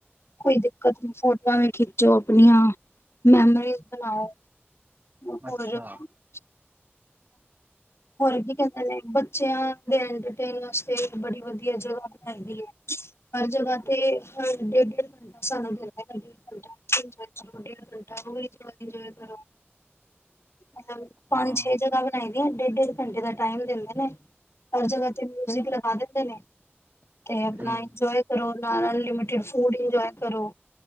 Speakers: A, on the left; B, on the right.
A: ਕੋਈ ਦਿੱਕਤ ਨੀ ਫੋਟੋਆਂ ਵੀ ਖਿੱਚੋ, ਆਪਣੀਆਂ ਮੈਮੋਰੀਜ਼ ਬਣਾਓ ਹੋਰ
B: ਅੱਛਾ
A: ਹਾਂ ਹੋਰ ਕੀ ਕਹਿੰਦੇ ਨੇ, ਬੱਚਿਆਂ ਦੇ ਐਂਟਰਟੇਨ ਬੜੀ ਵਧੀਆ ਜਗ੍ਹਾ ਬਣਾਈਦੀ ਹੈ, ਹਰ ਜਗ੍ਹਾ ਤੇ ਹ ਡੇਢ-ਡੇਢ ਘਟੇ ਸਾਨੂੰ ਡ ਘੰਟਾ ਕਰੋ ਡੇ ਘੰਟਾ ਉਹਹੀ ਇੰਜੋਏ ਕਰੋ <unintelligible> ਮਤਲਬ ਪੰਜ
B: ਹਾਂ
A: ਛੇ ਜਗਾ ਬਣਾਈ ਦੀਆਂ, ਡੇਢੇ ਘੰਟੇ ਦਾ ਟਾਈਮ ਦਿੰਦੇ ਨੇ ਹਰ ਜਗ੍ਹਾ ਤੇ ਮਿਊਜਿਕ ਲਗਾ ਦਿੰਦੇ ਨੇ, ਤੇ ਆਪਣਾ
B: ਹੂੰ
A: ਇੰਜੋਆਏ ਕਰੋ ਨਾਲ, ਅਨਲਿਮਟਡ ਫੂਡ ਇੰਜੋਆਏ ਕਰੋ।